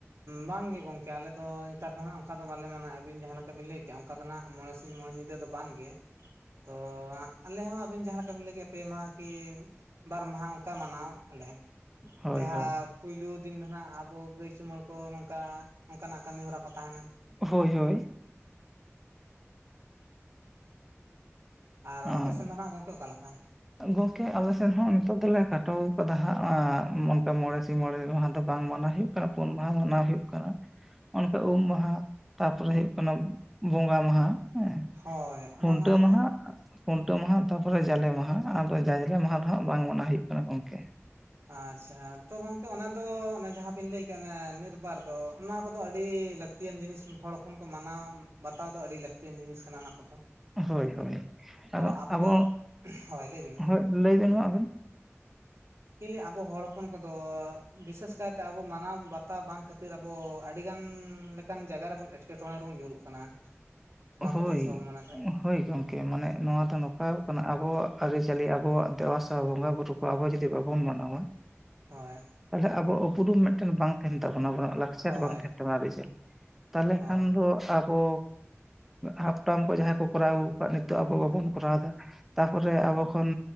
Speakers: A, on the right; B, in the centre.
A: ᱵᱟᱝ ᱜᱮ ᱜᱚᱝᱠᱮ ᱟᱞᱮ ᱫᱚ ᱱᱮᱛᱟᱨ ᱫᱚ ᱦᱟᱸᱜ ᱚᱱᱠᱟ ᱫᱚ ᱵᱟᱞᱮ ᱢᱟᱱᱟᱣ ᱟᱵᱤᱱ ᱡᱟᱦᱟ ᱞᱮᱠᱟ ᱵᱤᱱ ᱞᱟᱹᱭ ᱠᱮᱜᱼᱟ ᱚᱱᱠᱟ ᱫᱚ ᱦᱟᱸᱜ ᱢᱚᱬᱮ ᱥᱤᱧ ᱢᱚᱬᱮ ᱧᱤᱫᱟᱹ ᱧᱤᱫᱟᱹ ᱵᱟᱝ ᱜᱮ᱾ ᱛᱚ ᱟᱞᱮ ᱦᱚᱸ ᱟᱹᱵᱤᱱ ᱡᱟᱦᱟ ᱞᱮᱠᱟ ᱵᱤᱱ ᱞᱟᱹᱭ ᱠᱮᱫ ᱯᱮ ᱢᱟᱦᱟ ᱠᱤ ᱵᱟᱨ ᱢᱟᱦᱟ ᱚᱱᱠᱟ ᱢᱟᱱᱟᱣ ᱮᱜᱼᱟ ᱞᱮ,
B: ᱦᱳᱭ
A: ᱡᱟᱦᱟ
B: ᱦᱳᱭ
A: ᱯᱳᱭᱞᱳ ᱫᱤᱱ ᱫᱚ ᱱᱟᱜ ᱟᱵᱚ ᱜᱟᱹᱭ ᱪᱩᱢᱟᱹᱲ ᱠᱚ ᱱᱚᱝᱠᱟ, ᱱᱚᱝᱠᱟ ᱱᱟᱜ ᱠᱟᱹᱢᱤ ᱦᱚᱨᱟ ᱠᱚ ᱛᱟᱦᱮᱱᱟ᱾
B: ᱦᱳᱭ ᱦᱳᱭ᱾
A: ᱟᱨ
B: ᱚᱸ
A: ᱟᱯᱮ ᱥᱮᱱ ᱫᱚ ᱱᱟᱜ ᱜᱚᱝᱠᱮ ᱚᱠᱟ ᱞᱮᱠᱟ?
B: ᱜᱚᱝᱠᱮ ᱟᱞᱮ ᱥᱮᱱ ᱦᱚᱸ ᱱᱤᱛᱚᱜ ᱫᱚ ᱞᱮ ᱠᱷᱟᱴᱚ ᱟᱠᱟᱫᱟ ᱦᱟᱸᱜ, ᱚᱱᱠᱟ ᱢᱚᱬᱮ ᱢᱚᱬᱮ ᱢᱟᱦᱟ ᱫᱚ ᱵᱟᱝ ᱢᱟᱱᱟᱣ ᱦᱩᱭᱩᱜ ᱠᱟᱱᱟ ᱯᱩᱱ ᱢᱟᱦᱟ ᱢᱟᱱᱟᱣ ᱦᱩᱭᱩᱜ ᱠᱟᱱᱟ᱾ ᱚᱱᱠᱟ ᱩᱢ ᱢᱟᱦᱟ ᱛᱟᱯᱚᱨᱮ ᱦᱩᱭᱩᱜ ᱠᱟᱱᱟ ᱵᱚᱸᱜᱟ ᱢᱟᱦᱟ᱾ ᱦᱮᱸ
A: ᱦᱳᱭ
B: ᱠᱷᱩᱱᱴᱟᱹᱣ
A: ᱚᱱᱟ ᱢᱟ
B: ᱢᱟᱦᱟ
A: ᱜᱚᱝ
B: ᱠᱷᱩᱱᱴᱟᱹᱣ ᱢᱟᱦᱟ ᱛᱟᱯᱚᱨᱮ ᱡᱟᱞᱮ ᱢᱟᱦᱟ ᱟᱫᱚ ᱡᱟᱞᱮ ᱢᱟᱦᱟ ᱫᱚ ᱦᱟᱸᱜ ᱵᱟᱝ ᱢᱟᱱᱟᱣ ᱦᱩᱭᱩᱜ ᱠᱟᱱᱟ ᱜᱚᱢᱠᱮ᱾
A: ᱟᱪᱪᱷᱟ ᱛᱚ ᱜᱚᱝᱠᱮ ᱚᱱᱟ ᱫᱚ ᱚᱱᱮ ᱡᱟᱦᱟᱸ ᱵᱤᱱ ᱞᱟᱹᱭᱠᱮᱜ ᱱᱤᱛᱵᱟᱨ ᱫᱚ ᱚᱱᱟ ᱠᱚᱫᱚ ᱟᱹᱰᱤ ᱞᱟᱹᱠᱛᱤ ᱞᱟᱹᱠᱛᱤᱭᱟᱱ ᱡᱤᱱᱤᱥ ᱦᱚᱲ ᱦᱚᱯᱚᱱ ᱠᱚ ᱢᱟᱱᱟᱣ ᱵᱟᱛᱟᱣ ᱫᱚ ᱟᱹᱰᱤ ᱞᱟᱹᱠᱛᱤᱭᱟᱱ ᱡᱤᱱᱤᱥ ᱠᱟᱱᱟ ᱚᱱᱟ ᱠᱚᱫᱚ᱾
B: ᱦᱳᱭ ᱦᱳᱭ ᱟᱫᱚ
A: ᱦᱚᱸ
B: ᱟᱵᱚ
A: ᱫᱚ ᱦᱳᱭ ᱞᱟᱹᱭ ᱵᱤᱱ
B: ᱦᱳᱭ ᱞᱟᱹᱭᱵᱤᱱ ᱢᱟ ᱟᱵᱮᱱ,
A: ᱤᱧ ᱞᱟᱹᱭ ᱟᱵᱚ ᱦᱚᱲ ᱦᱚᱯᱚᱱ ᱠᱚᱫᱚ ᱵᱤᱥᱮᱥ ᱠᱟᱭᱛᱮ ᱟᱵᱚ ᱢᱟᱱᱟᱣ ᱵᱟᱛᱟᱣ ᱵᱟᱝ ᱠᱷᱟᱹᱛᱤᱨ ᱠᱷᱟᱹᱛᱤᱨ ᱟᱵᱚ ᱟᱹᱰᱤ ᱜᱟᱱ ᱞᱮᱠᱟᱱ ᱡᱟᱭᱜᱟ ᱨᱮᱵᱚᱱ ᱮᱴᱠᱮᱴᱚᱬᱮ ᱨᱮᱵᱚᱱ ᱧᱩᱨᱩᱜ ᱠᱟᱱᱟ᱾ ᱱᱚᱣᱟ
B: ᱦᱳᱭ
A: ᱠᱚ ᱡᱤᱱᱤᱥ ᱵᱟᱵᱚᱱ ᱢᱟᱱᱟᱣ ᱛᱮ᱾
B: ᱦᱳᱭ ᱜᱚᱝᱠᱮ ᱢᱟᱱᱮ ᱱᱚᱣᱟ ᱫᱚ ᱱᱚᱝᱠᱟ ᱠᱟᱱᱟ ᱟᱵᱚᱣᱟᱜ ᱟᱹᱨᱤᱪᱟᱹᱞᱤ ᱟᱵᱚᱣᱟᱜ ᱫᱮᱵᱟᱥᱮᱵᱟ ᱵᱚᱸᱜᱟ ᱵᱩᱨᱩ ᱟᱵᱚ ᱡᱩᱫᱤ ᱵᱟᱵᱚᱱ ᱢᱟᱱᱟᱣᱟ
A: ᱦᱳᱭ
B: ᱛᱟᱦᱚᱞᱮ ᱟᱵᱚᱣᱟᱜ ᱩᱯᱨᱩᱢ ᱢᱤᱫᱴᱮᱱ ᱵᱟᱝ ᱛᱟᱦᱮᱱ ᱛᱟᱵᱚᱱᱟ᱾ ᱞᱟᱠᱪᱟᱨ
A: ᱦᱳᱭ
B: ᱵᱟᱝ ᱛᱟᱦᱮᱱ ᱠᱟᱱᱟ <unintelligible> ᱛᱟᱦᱚᱞᱮ
A: ᱦᱳᱭ
B: ᱠᱷᱟᱱ ᱫᱚ ᱟᱵᱚ ᱦᱟᱯᱴᱟᱢ ᱠᱚ ᱡᱟᱦᱟᱸ ᱠᱚ ᱠᱚᱨᱟᱣ ᱟᱜᱩᱠᱟᱫ ᱱᱤᱛᱚᱜ ᱟᱵᱚ ᱵᱟᱵᱚᱱ ᱠᱚᱨᱟᱣ ᱮᱫᱟ᱾ ᱛᱟᱯᱚᱨᱮ ᱟᱵᱚ ᱠᱷᱚᱱ